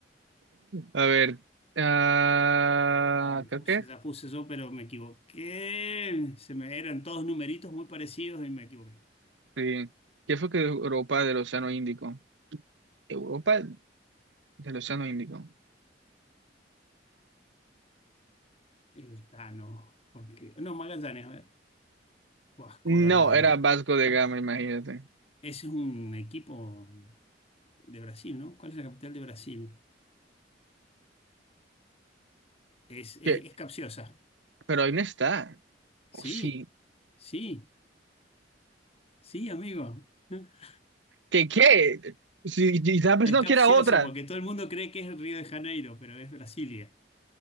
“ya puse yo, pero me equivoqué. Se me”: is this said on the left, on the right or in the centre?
Left